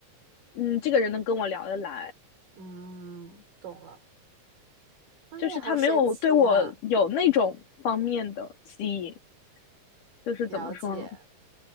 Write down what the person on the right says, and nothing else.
嗯，懂了。妈呀，
好神奇呀！
了解，